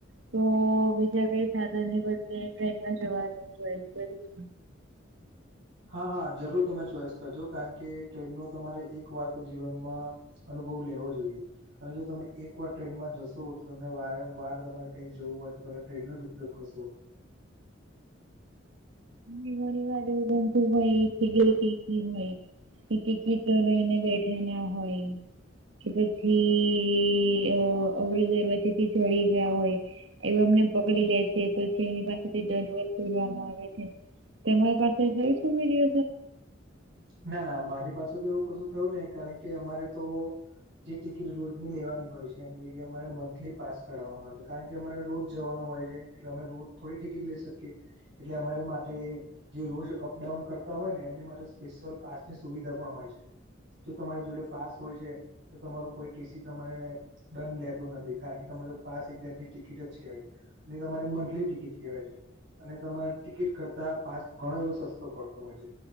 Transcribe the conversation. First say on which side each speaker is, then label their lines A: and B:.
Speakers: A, on the right; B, on the right.
A: તો બીજા કઈ સાધનને બદલે ટ્રેનમાં જવાનું જોઈ કરી
B: હા હા જરૂર તમે ચોઈસ કરજો કારણ કે ટ્રેનનો તમારે એક વાર તો જીવનમાં અનુભવ લેવો જોઈએ અને જો તમે એક વાર ટ્રેનમાં જશો તો તમને વારંવાર તમારે કઈ જવું હોય તો તમે ટ્રેનનો જ ઉપયોગ કરશો
A: ઘણી વાર એવું બનતું હોય ગઈ હોય ટિકિટ લઈને બેઠે ના હોય કે પછી અ અમૃદરવતીથી જળી ગયા હોય. એવ અમને પકડી લે છે પછી એમની પાસેથી દડવર ખોલવામાં આવે છે તમારી પાસે જઈ સુધ છે
B: ના ના મારી પાસે તો એવું કશું થયું નને કારણ કે અમારે તો જે ટિકિટ રોજની લેવાની હોય છે એમ જગ્યાએ અમારે મંથલી પાસ કરાવવાનો હોય છે કારણ કે અમારે રોજ જવાનું હોય છે એટલે અમે રોજ થોડી ટિકિટ લઈ શકીએ એટલે અમારી માટે જે રોજ અપડાઉન કરતા હોય ને એમની માટે સ્પેશલ પાસ ની સુવિધા પણ હોય છે જો તમારી જોડે પાસ હોય છે. તો તમારું કોઈ ટીસી તમાને દંડ લેતો નથી કારણ કે તમારે પાસ એક જાતની ટિકિટ જ કેવી? તમારી મંથલી ટિકિટ કેહેવાય છે. અને તમારે ટિકિટ કરતા પાસ ઘણો એવો સસ્તો પડતો હોય છે.